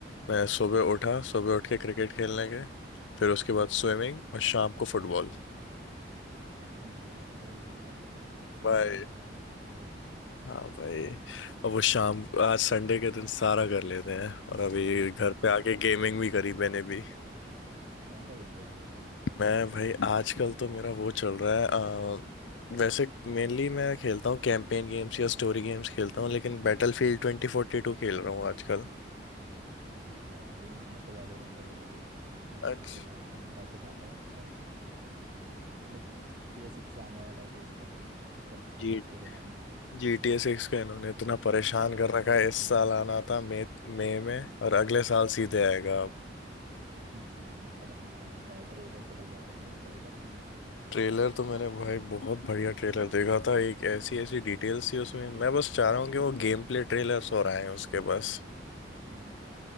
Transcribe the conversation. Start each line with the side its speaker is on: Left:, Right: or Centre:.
Left: मैं सुबह उठा सुबह उठ के क्रिकेट खेलने गए फिर उसके बाद स्विमिंग और शाम को फुटबॉल
Right: डैम भाई इतनी सारी चीजें कर लेते हो तुम स्विमिंग
Left: भाई
Right: वगैरह क्रिकेट
Left: हाँ भाई अब वो शाम आज संडे के दिन सारा कर लेते हैं और अभी घर
Right: <laughs>
Left: पे आके गेमिंग भी करी मैंने भी
Right: कौन सा गेम खेलते हो भाई
Left: मैं भाई आजकल तो मेरा वो चल रहा है अ, वैसे मेनली मैं खेलता हूँ कैंपेन गेम्स या स्टोरी गेम्स खेलता हूँ लेकिन बैटलफील्ड 2042 खेल रहा हूँ आजकल
Right: बढ़िया भाई मैं तो वैलोरेंट वगैरह खेलता हूँ भाई उसमें
Left: अच्छा
Right: थोड़ा टाइम पास हो जाता है अच्छा और जी टी ए सिक्स आने वाला है तो उसका वेट कर रहे
Left: जी
Right: हैं थोड़े टाइम
Left: जी टी ए सिक्स का इन्होंने इतना परेशान कर रखा है इस साल आना था मई मई में और अगले साल सीधे आएगा अब
Right: हम्म, पता नहीं क्या होता है ट्रेलर तो बढ़िया था कि उसका देखा तुमने
Left: ट्रेलर तो मैंने भाई बहुत बढ़िया ट्रेलर देखा था एक ऐसी ऐसी डिटेल्स थी उसमें मैं बस चाह रहा हूँ कि वो गेम प्ले ट्रेलर्स और आए उसके बस
Right: हम्म